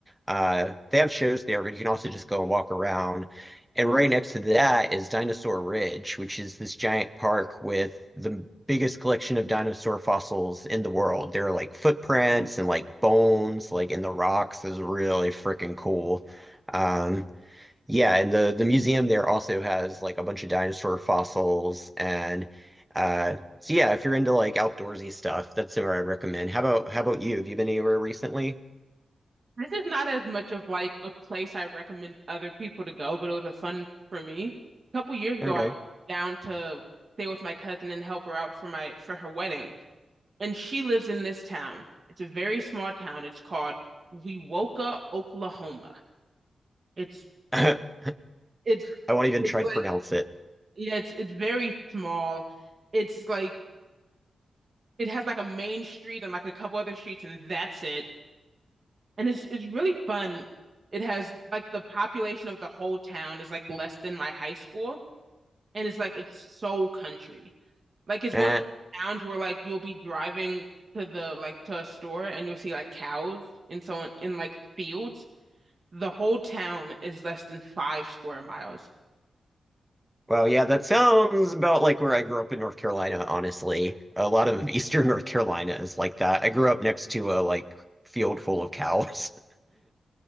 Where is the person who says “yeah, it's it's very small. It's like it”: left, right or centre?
Right